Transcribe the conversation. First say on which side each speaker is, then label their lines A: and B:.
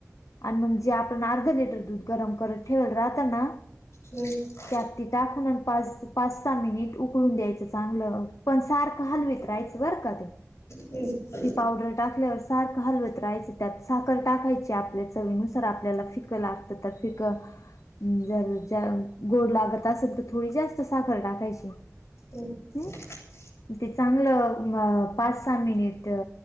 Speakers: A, on the left; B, on the left.
A: आणि मग, जे आपण अर्धा लिटर दूध गरम करत ठेवाल राहताना
B: हम्.
A: त्यात त टाकून पाच पाच सहा मिनिट उकळून द्यायचं चांगलं. पण सारखं हलवीतरायचं बरं का ते.
B: ह.
A: ती पावडर टाकल्यावर सारखं हलवत राहायच, त्यात साखर टाकायची आपल्या चवीनुसार आपल्याला फिक शिक्का लागते तर, फिका जर ज, गोड लागत असेल तर थोडी जास्त साखर टाकायची.
B: ह
A: हम्म
B: <unintelligible>
A: ते चांगलं, पाच, सहा, मिनिट